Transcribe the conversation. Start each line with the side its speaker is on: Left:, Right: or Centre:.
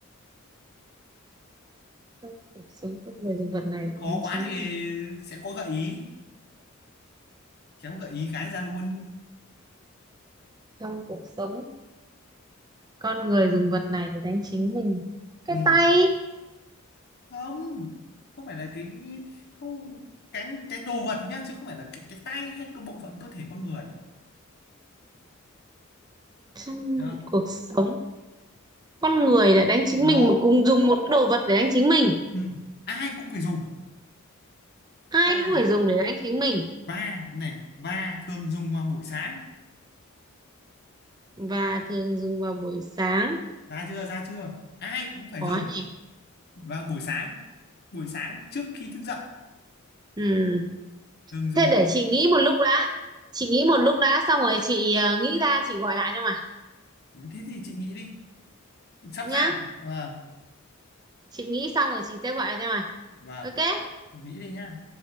Right: trong cuộc sống con người dùng vật này để
Left: khó
Right: đánh
Left: quá
Right: chính
Left: thì
Right: mình
Left: sẽ có gợi ý khéo gợi ý cái ra luôn
Right: trong cuộc sống con người dùng vật này để đánh chính mình cái
Left: ừ
Right: tay
Left: không không phải là cái không cái cái đồ vật nhá chứ không phải là cái cái tay hay cái bộ phận cơ thể con người
Right: trong
Left: đó
Right: cuộc sống con người đã đánh chính
Left: nó
Right: mình mà cùng dùng một đồ vật để đánh chính mình
Left: ừ. ai cũng phải dùng
Right: hai
Left: và
Right: thứ phải dùng để đánh chính mình
Left: và này và thường dùng vào buổi sáng
Right: và thường dùng vào buổi sáng
Left: ra chưa ra chưa ai cũng phải
Right: khó
Left: dùng
Right: nhỉ
Left: vào buổi sáng buổi sáng trước khi thức dậy
Right: ừ.
Left: thường dùng
Right: thế để chị nghĩ một lúc đã chị nghĩ một lúc đã xong rồi chị ờ, nghĩ ra chị gọi lại cho mày
Left: thế thì chị nghĩ đi sắp
Right: nhá
Left: ra rồi. Ờ.
Right: chị nghĩ xong rồi chị sẽ gọi lại cho mày
Left: và
Right: ok
Left: nghĩ đi nhá